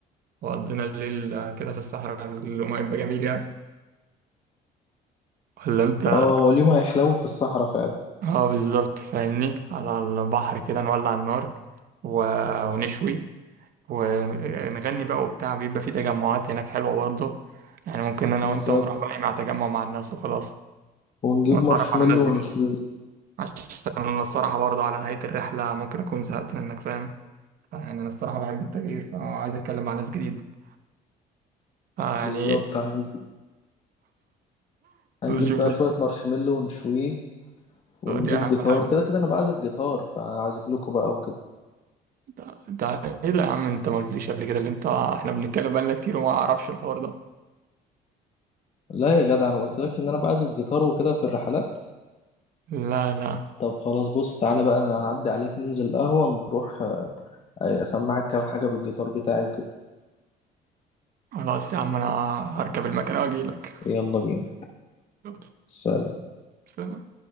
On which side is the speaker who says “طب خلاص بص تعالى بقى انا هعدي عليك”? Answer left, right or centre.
Left